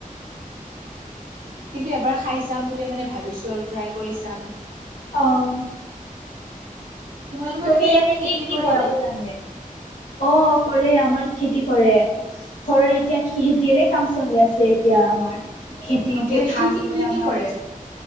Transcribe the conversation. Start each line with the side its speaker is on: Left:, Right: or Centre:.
Right: কিন্তু এবাৰ খাই চাম বুলি মানে ভাবিছো আৰু ট্ৰাই কৰি চাম।
Left: অ',
Right: তোমালোকৰ
Left: তুমি
Right: তাতে ইয়াৰ
Left: এনেকে
Right: খেতি
Left: কি
Right: কৰে
Left: বঢ়াব
Right: নে
Left: জানে অ' কৰে আমাৰ, খেতি কৰে ঘৰৰত এতিয়া খেতিৰে কাম চলি আছে এতিয়া আমাৰ। খেতি
Right: অ
Left: কিয়
Right: হেৰি
Left: ধান
Right: কি কি
Left: ৰুৱে
Right: কি
Left: আমাৰ
Right: কি কৰে